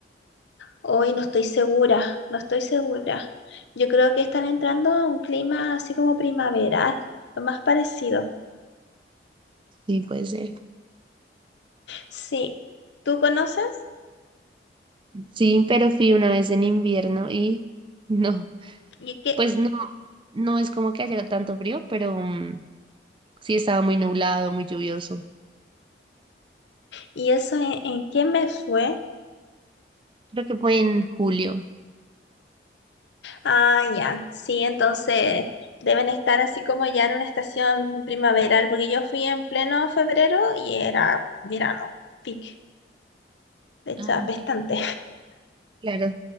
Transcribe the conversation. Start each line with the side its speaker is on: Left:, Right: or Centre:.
Left: hoy no estoy segura, no estoy segura. Yo creo que están entrando a un clima así como primaveral, lo más parecido.
Right: Sí, puede ser.
Left: Sí, ¿tú conoces?
Right: Sí, pero fui una vez en invierno y <laughs> no,
Left: ¿Y qué,
Right: pues no, no es como que haya tanto frío, pero mm, sí estaba muy nublado, muy lluvioso.
Left: ¿Y eso en, en qué me fue?
Right: Creo que fue en julio.
Left: Ah, ya, sí, entonces deben estar así como ya en una estación primaveral, porque yo fui en pleno febrero y era verano, pic, de hecho
Right: Ah,
Left: apestante.
Right: ok. Claro,